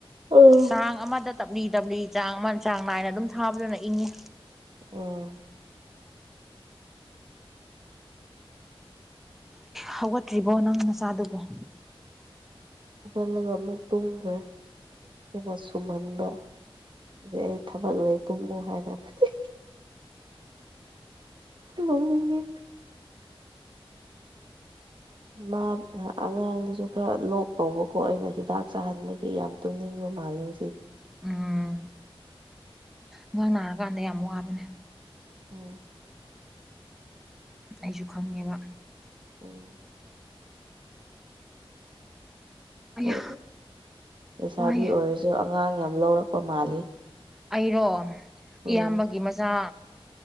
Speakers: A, on the right (about 55°); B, in the centre.
A: ꯎꯝ
B: ꯆꯥꯡ ꯑꯃꯗ ꯇꯞꯂꯤ ꯇꯞꯂꯤ ꯆꯥꯡ ꯑꯃ ꯆꯥꯡ ꯅꯥꯏꯅ ꯑꯗꯨꯝ ꯊꯥꯕꯗꯨꯅ ꯏꯪꯉꯤ
A: ꯎꯝ
B: ꯍꯧꯒꯠꯇ꯭ꯔꯤꯕꯣ ꯅꯪ ꯅꯆꯥꯗꯨꯕ‌ꯣ
A: ꯍꯧꯍꯜꯂꯒ ꯑꯃꯨꯛ ꯇꯨꯡꯈ ꯍꯦꯟꯅ ꯁꯨꯝꯍꯟꯕ ꯑꯗꯩ ꯑꯩ ꯊꯕꯛ ꯂꯩ ꯇꯨꯝꯃꯨ ꯍꯥꯏ <unintelligible> ꯅꫭꯛꯅꯤꯡꯉꯤ ꯃꯥ ꯑꯉꯥꯡꯗꯨꯁꯨ ꯈꯔ ꯂꯣꯛ ꯇꯧꯕꯀꯣ ꯑꯩꯅ ꯍꯤꯗꯥꯛ ꯆꯥꯍꯟꯕꯒꯤ ꯌꯥꯝ ꯇꯨꯝꯅꯤꯡꯚ ꯃꯥꯜꯂ‌ꯦ ꯉꯥꯁꯤ
B: ꯎꯝ ꯑꯉꯥꯡ ꯅꯥꯔꯀꯥꯟꯗ ꯌꯥꯝ ꯋꯥꯕꯅꯦ
A: ꯍꯣꯏ
B: ꯑꯩꯁꯨ ꯈꯪꯉꯦꯕ
A: ꯎꯝ
B: ꯑꯌꯥ
A: ꯍꯣꯏ ꯂꯩꯁꯥꯕꯤ
B: ꯋꯥꯏꯌꯦ
A: ꯑꯣꯏꯔꯁꯨ ꯑꯉꯥꯡ ꯌꯥꯝ ꯂꯧꯔꯛꯄ ꯃꯥꯜꯂꯤ
B: ꯑꯩꯔꯣ
A: ꯎꯝ
B: ꯏꯌꯥꯝꯕꯒꯤ ꯃꯆꯥ